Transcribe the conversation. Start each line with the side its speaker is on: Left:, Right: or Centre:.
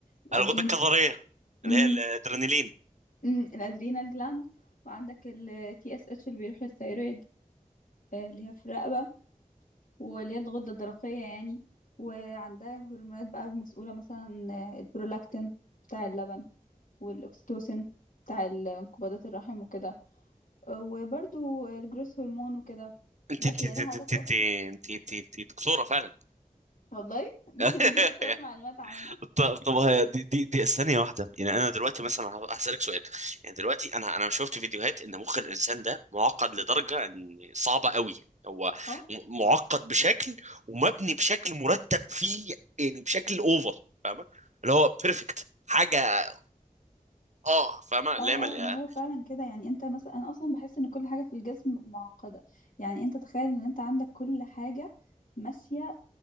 Left: الادرينال
Right: الغده الكظريه اللي
Left: امم
Right: هي الادرينالين
Left: امم الادرينال جلاند وعندك ال TSH اللي بيروح للثيرويد آه، اللي هي في الرقبة واللي هي الغدة الدرقية يعني وعندها هرمونات بقى مسؤولة مثلا آه، البرولاكتين بتاع اللبن والأكسيتوسين بتاع ال- انقباضات الرحم وكده وبرضو الجروس هرمون وكده
Right: انت
Left: بس
Right: انت
Left: هي
Right: انت
Left: ليها علاقة
Right: انت انت انت,
Left: أكتر
Right: انت, انت, انت دكتوره فعلا
Left: والله <laughs>
Right: <laughs>
Left: دي دي يعتبر معلومات عامة
Right: طب طب هي دي دي دي ثانية واحدة يعني أنا دلوقتي مثلا ه- هسألك سؤال يعني دلوقتي أنا أنا شفت فيديوهات إن مخ الإنسان ده معقد لدرجة إن صعبة قوي هو
Left: اه
Right: م- معقد بشكل ومبني بشكل مرتب فيه يعني بشكل أوفر فاهمة اللي هو بيرفكت حاجة أه فاهمة لا
Left: اه
Right: مل... آه.
Left: اه ما هو فعلا كده يعني انت مثلا انا اصلا بحس ان كل حاجة في الجسم معقدة يعني انت تخيل ان انت عندك كل حاجة ماشية